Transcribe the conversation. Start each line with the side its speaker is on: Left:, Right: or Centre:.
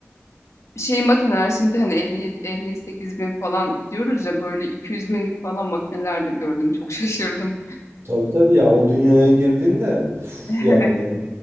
Left: Şey makineler şimdi hani 50, 58 bin falan diyoruz ya böyle 200 binlik falan makineler de gördüm. Çok şaşırdım.
Right: Tabii tabii ya o dünyaya girdiğinde üf,
Left: <laughs>
Right: yani
Left: Evet.